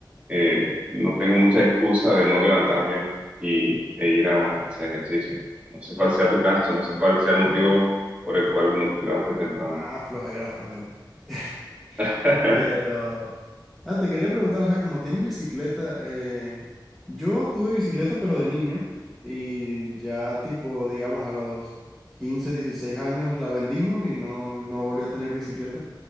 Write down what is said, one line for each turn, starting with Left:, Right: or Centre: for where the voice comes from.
Right: eh, no tengo mucha excusa de no levantarme y, e ir a hacer ejercicio. No sé
Centre: Claro,
Right: cuál sea
Centre: claro.
Right: tu caso, no sé cuál sea el
Centre: No,
Right: motivo
Centre: y
Right: por
Centre: eh,
Right: el cual no te levantes temprano.
Centre: Ah, flojera, flojera. <laughs>
Right: <laughs>
Centre: Pero... Ah, te quería preguntar, ajá, como tienes bicicleta, eh, yo tuve bicicleta pero de niño y ya tipo, digamos, a los 15, 16 años la vendimos y no, no volví a tener bicicleta.